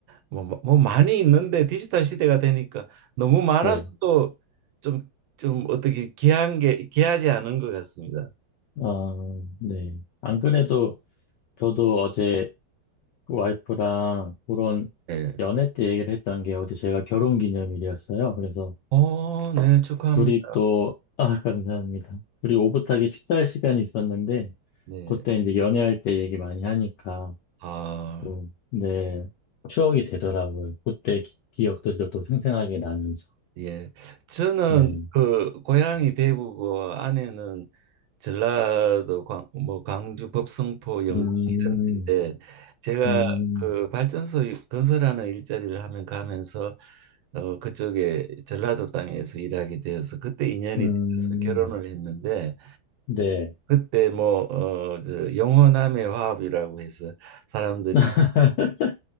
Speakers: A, on the right; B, on the left.
A: 뭐, 뭐 뭐 많이 있는데 디지털 시대가 되니까 너무 많아서
B: 네.
A: 또 좀, 좀 어떻게 귀한 게, 귀하지 않은 것 같습니다.
B: 아, 네. 안 그래도 저도 어제 그 와이프랑 그런
A: 네.
B: 연애 때 얘기를 했던 게 어제 제가 결혼 기념일이었어요. 그래서
A: 어, 네, 축하합니다.
B: 둘이 또, 아, <laughs> 감사합니다. 둘이 오붓하게 식사할 시간이 있었는데,
A: 네.
B: 그때 이제 연애할 때 얘기 많이 하니까
A: 아,
B: 또, 네, 추억이 되더라고요. 그때 기, 억들도또 생생하게 나면서.
A: 예. 저는
B: 네.
A: 그 고향이 대구고 아내는 전라도 광, 뭐 광주 법성포 영광
B: 음,
A: 이런 데인데 제가
B: 음,
A: 그 발전소 건설하는 일자리를 하면 가면서 어 그쪽에 전라도 땅에서 일하게 되어서 그때 인연이
B: 음,
A: 돼서 결혼을 했는데
B: 네.
A: 그때 뭐 어 저 영혼함의 화합이라고 해서 사람들이
B: <laughs>